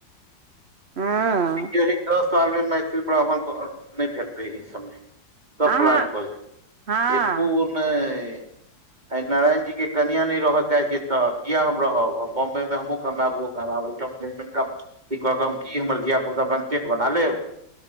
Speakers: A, on the right; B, on the right.
A: आं
B: यही दस साल मे मैथिल ब्राह्मण के घर नय भेटतेै इ सब मे सब
A: अहाँ
B: पलैन क देत
A: हँ
B: एकोगो नय आ नारायण जी के कनिया न रह चाहे त किया हम रहब हम बम्बे मे हमूँ कमाबो ओहो कमाबेत गप दैत हम हमर धिया पुता बपजेठ बना लेब